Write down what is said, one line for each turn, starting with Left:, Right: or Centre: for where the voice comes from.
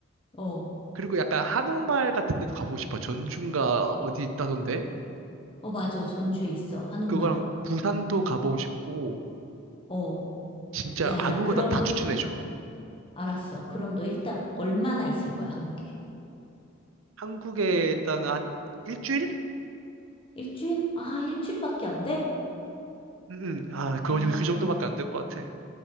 Left: 어,
Right: 그리고 약간 한옥마을 같은 데도 가보고 싶어. 전주인가 어디 있다던데?
Left: 어, 맞아. 전주에 있어. 한옥마을.
Right: 그거랑 부산도 가보고 싶고,
Left: 어,
Right: 진짜
Left: 야,
Right: 아무거나
Left: 야, 그러면
Right: 다 추천해줘.
Left: 알았어. 그럼 너 일단 얼마나 있을 거야, 한국에?
Right: 한국에 일단 한 일주일?
Left: 일주일? 아, 일주일밖에 안 돼?
Right: 응, 응. 아, 그,
Left: 아,
Right: 그 정도밖에 안 될 것 같아.